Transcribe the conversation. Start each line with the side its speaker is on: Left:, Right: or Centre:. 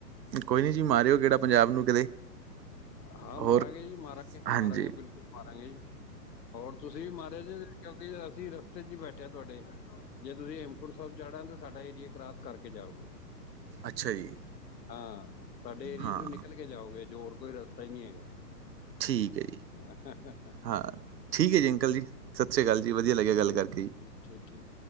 Right: ਕੋਈ ਨੀ ਜੀ ਮਾਰਿਓ ਗੇੜਾ ਪੰਜਾਬ ਨੂੰ ਕਦੇ।
Left: ਹਾਂ
Right: ਹੋਰ
Left: ਮਾਰਾਂਗੇ ਜੀ ਮਾਰਾਂਗੇ,
Right: ਹਾਂਜੀ
Left: ਮਾਰਾਂਗੇ ਬਿਲਕੁਲ ਮਾਰਾਂਗੇ ਜੀ। ਹੋਰ ਤੁਸੀਂ ਵੀ ਮਾਰਿਆ ਜੇ ਕਿਉਂਕਿ ਅਸੀਂ ਰਸਤੇ' ਚ ਈ ਬੈਠੇ ਆਂ ਤੁਆਡੇ, ਜੇ ਤੁਸੀਂ ਹੇਮਕੁੰਟ ਸਾਬ ਜਾਣਾ ਤੇ- ਸਾਡਾ ਏਰੀਆ ਕਰਾਸ ਕਰਕੇ ਜਾਓਗੇ।
Right: ਅੱਛਾ ਜੀ
Left: ਹਾਂ ਸਾਡੇ ਏਰੀਏ
Right: ਹਾਂ
Left: ਚੋ ਨਿਕਲ ਕੇ ਜਾਓਗੇ, ਜੋ ਹੋਰ ਕੋਈ ਰਸਤਾ ਈ ਨੀ ਹੈਗਾ।
Right: ਠੀਕ ਏ ਜੀ।
Left: <inaudible>
Right: ਹਾਂ, ਠੀਕ ਏ ਜੀ ਅੰਕਲ ਜੀ। ਸਤਿ ਸ੍ਰੀ ਕਾਲ ਜੀ ਵਧੀਆ ਲੱਗਿਆ ਗੱਲ ਕਰਕੇ ਜੀ।
Left: ਛੇਤੀ